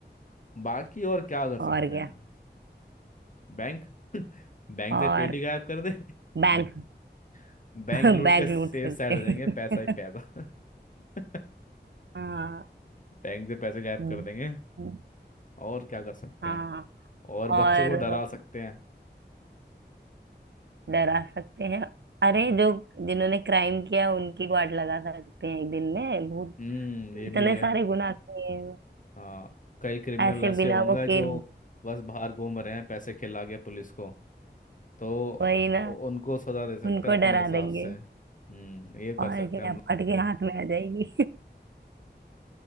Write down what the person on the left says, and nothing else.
बाकी और क्या कर
सकते
हैं बैंक <laughs> बैंक
से पेटी गायब कर दे
<laughs> बैंक
लूट
के सेफ
साइड
हो जाएंगे पैसा ही पैसा <laughs>
बैंक से पैसे गायब
कर देंगे
और क्या कर सकते
हैं और
बच्चों को डरा सकते हैं
हम्म ये
भी है
हाँ कई क्रिमिनल
ऐसे
होंगे
जो बस बाहर घूम रहे हैं पैसे खिला के पुलिस को तो
उ- उनको सजा दे सकते
हैं अपने
हिसाब
से हम्म ये
कर सकते
हैं हम लोग